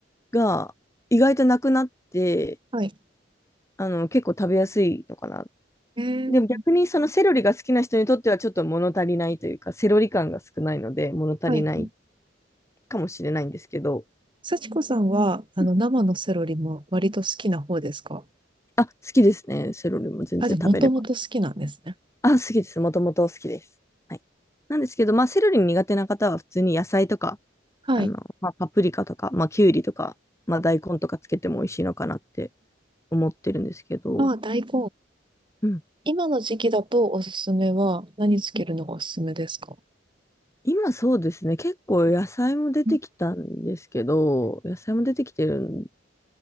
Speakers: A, on the left; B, on the right.
A: が、意外となくなって、
B: はい。
A: あの、結構食べやすいのかな。
B: えー、
A: でも逆にそのセロリが好きな人にとってはちょっと物足りないというか、セロリ感が少ないので物足りない
B: はい。
A: かもしれないんですけど、
B: 幸子さんは、あの、
A: うん
B: 生のセロリも割と好きな方ですか
A: あ、好きですね。セロリも全然食べれば。
B: あ、じゃあ、もともと好きなんですね。
A: あ、好きです。もともと好きです。はい。なんですけど、まあ、セロリ苦手な方は普通に野菜とか
B: はい。
A: あの、まあ、パプリカとか、まあ、きゅうりとか、まあ、大根とかつけても美味しいのかなって思ってるんですけど、
B: まあ、大根。
A: うん。
B: 今の時期だとおすすめは、何つけるのがおすすめですか
A: 今そうですね、結構野菜も出てきたんですけど、
B: うん
A: 野菜も出てきてるん